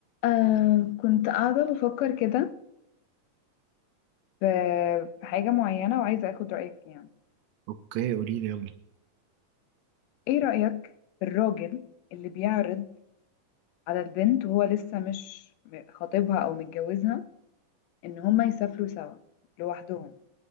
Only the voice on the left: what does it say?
آه كنت قاعدة بفكر كده في في حاجة معينة وعايزة أخد رأيك فيها يعني.
إيه رأيك في الراجل اللي بيعرض على البنت وهو لسه مش م- خاطبها أو متجوزها إن هما يسافروا سوا لوحدهم